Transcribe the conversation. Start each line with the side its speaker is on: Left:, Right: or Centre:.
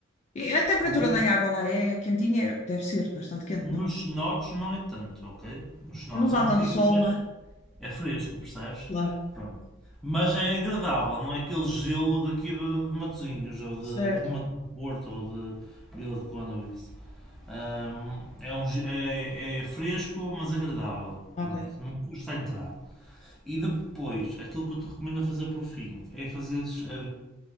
Left: E a temperatura
Centre: ok.
Left: da água lá é quentinha? É- Deve ser bastante quente,
Centre: Nos
Left: não?
Centre: cenotes não é tanto, ok? Nos cenotes
Left: Pois Não dá
Centre: é um
Left: tanto
Centre: rio,
Left: sol,
Centre: mas
Left: não é?
Centre: é fresco, percebes?
Left: Claro.
Centre: Pronto. Mas é agradável, não é aquele gelo daqui de de Matosinhos, ou de,
Left: Certo.
Centre: de Ma- de Porto, ou de Vila de Conde, ou isso. Ahm, é, um, ge- é, é fresco, mas agradável.
Left: Ok.
Centre: Pronto, não custa entrar. E depois, aquilo que eu te recomendo a fazer por fim é fazeres a